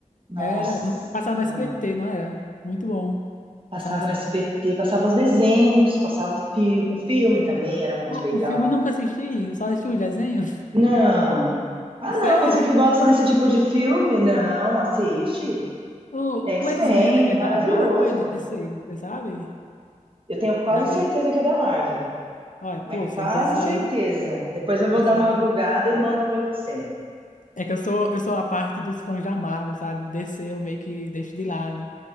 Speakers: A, on the right; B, on the left.
A: Nossa,
B: era, no, passava no SBT, não era? Muito bom, passava
A: passava
B: no SBT.
A: no SBT, passava os desenhos, passava o, fi- o filme também, era muito
B: O,
A: legal.
B: o filme eu nunca assisti, eu só assisti o desenho,
A: Não. Ah,
B: <laughs> sério.
A: não, você que gosta desse tipo de filme? Não, assiste.
B: O,
A: X-Men,
B: o X-Men é, da- é
A: maravilhoso.
B: da Marvel ou é DC, você sabe?
A: Eu tenho quase
B: É da... D-
A: certeza
B: C.
A: que é da Marvel,
B: Olha,
A: mas
B: pô, então
A: quase
B: esses
A: certeza.
B: aí,
A: Depois eu vou
B: esses
A: dar uma
B: aí
A: gugada
B: eu não assisti.
A: e mando pra você.
B: É que eu sou, eu sou a parte dos fãs da Marvel, sabe? DC eu meio que deixo de lado.